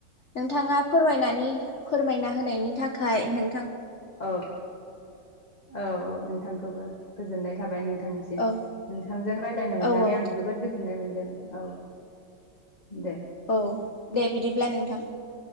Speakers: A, on the left; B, on the left.
A: नोंथांङा फोरमायनानै फोरमायना होनायनि थाखाय नों
B: औ औ औ नोंथांखौबो। गोजोननाय थाबाय नों थां निसिम
A: औ
B: नोंसांजों रायज्लायनो मोननानै
A: औ औ
B: आं जोबोद गोजोननाय मोनद दे औ दे
A: औ दे बिदिब्ला नोंथां।